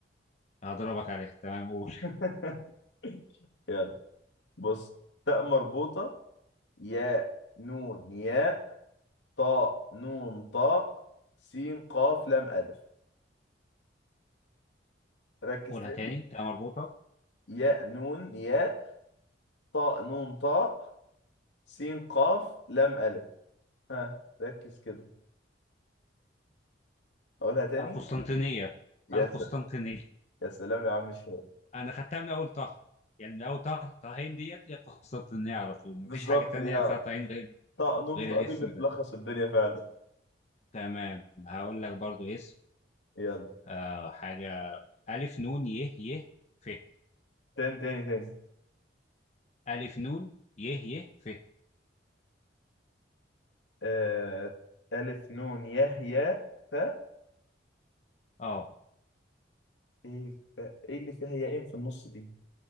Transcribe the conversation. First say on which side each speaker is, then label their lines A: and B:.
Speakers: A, on the left; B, on the left.
A: هضربك عليه تمام قول <laughs>
B: <laughs> يلا بص تاء مربوطة يا نون يا طاء نون طاء سين قاف لام ألف ركز
A: قولها
B: تاني
A: تاني تمام مربوطة
B: ياء
A: مم.
B: نون ياء طاء نون طاء سين قاف لام ألف ها ركز كده أقولها تاني
A: القسطنطينية
B: يا
A: القسطنطينية
B: سلام يا سلام يا عم الشباب
A: انا خدتها من اول طه يعني من اول طه طهين ديت هي القسطنطينية على طول مفيش
B: بالظبط
A: حاجة تانية
B: يا
A: فيها طهين غير
B: طاء نون
A: غير
B: طاء
A: الاسم
B: دي بتلخص
A: ده
B: الدنيا فعلا
A: تمام هقول لك برضو اسم
B: يلا
A: آه حاجة ألف نون يه يه ف
B: تاني تاني تاني
A: ألف نون يه يه ف
B: آه... ألف نون ياء ياء فاء
A: اه
B: إيه فاء إيه اللي فيها ياءين في النص دي